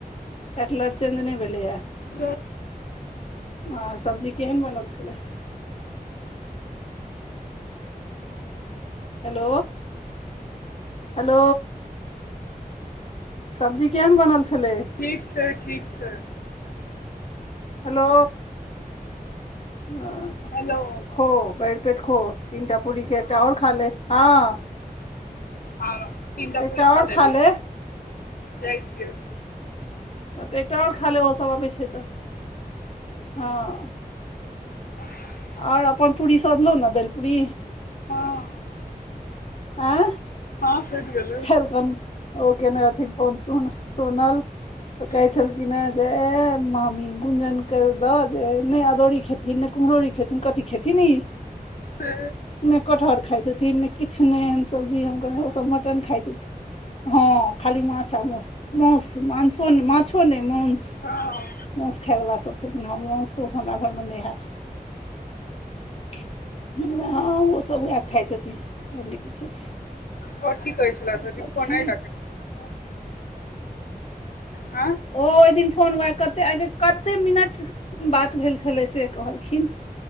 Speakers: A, on the left; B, on the left.
A: कैटलर चेंज नै भेलैये
B: रहै
A: आ सब्जी केहन बनल छलैय हेलो हेलो सब्जी केहन बनल छलै?
B: ठीक छै ठीक छै। बढ़िआँ छै
A: हेलो। हं।
B: हेलो।
A: खो भैर पेट खो, तीनटा पुरी छै एकटा
B: हँ
A: और खा ले, हाँ।
B: खाले, तीनटा
A: एकटा
B: पुरी
A: आओर
B: खा लेलियै,
A: ले
B: जाइ छियौ।
A: तऽ एकटा और खा ले ओहो सब अबै छै तऽ हाँ।
B: <inaudible>
A: और अपन पूरी सधलहो न दैल पुरी।
B: हाँ।
A: एं?
B: हँ सुति गेलै।
A: कैलखन ओ केने रहथिन फोन सो सोनल
B: की
A: त कहै छल खिन कि नहि दे ए मामी गुजन के दै दियौन वैह खेथिन ने। कुम्हरोरी खेथिन कथि खेतिन ई
B: से
A: ने कटहर खाइ छथिन ने किछु ने एहन सब्जी हम कहै ओ सभ नै तखैन खाइ छथिन हँ खाली माछ आ मौस। मांस मासो माछो नै मांस।
B: हां।
A: मासु खायवला सभ छथिन हँ मासु तुस हमरा घरमे नै हैत। हँ ओसभ उएह खाइत छथिन और नै किछो।
B: और की कहै छलैथ ओहि
A: सभ
B: दिन फोन
A: छनि
B: अहि ले केने छलैथ हे।
A: ओ ओहि दिन फोन वैह कतेक आइ कते मिनट बात भेल छलै से कहलखिन।